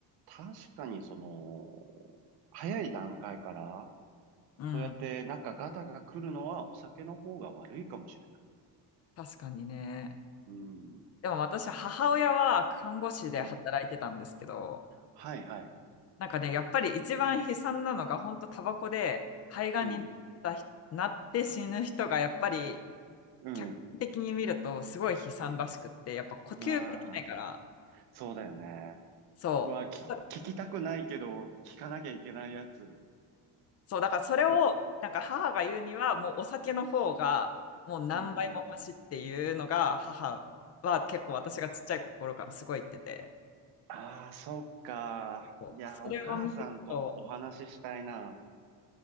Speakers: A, on the right (about 65°); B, on the left (about 40°).
A: 確かに、その、早い段階から、
B: うん。
A: そうやって、なんか、ガタが来るのは、お酒の方が悪いかもし
B: 確かにね。
A: れない。うん、
B: でも私、母親は看護師で働いてたんですけど、
A: うん。はい、はい。
B: なんかね、やっぱり一番悲惨なのが、本当タバコで肺がんになった人なって死ぬ人が、
A: うん、
B: やっぱり
A: うん。
B: 客観的に見るとすごい悲惨らしくって、やっぱ呼吸ができないから、
A: うわあ、そうだよね。
B: そう。
A: うわあ、き聞きたくないけど、聞かなきゃいけないやつ。
B: そう、だからそれを、
A: <laughs>
B: なんか母が言うには、もうお酒の方が、もう何倍もマシっていうのが、
A: うん、うん。
B: 母は結構私がちっちゃい頃からすごい言ってて、
A: ああ、そっか。
B: そうそれを見ると、
A: いや、お母さんとお話ししたいな。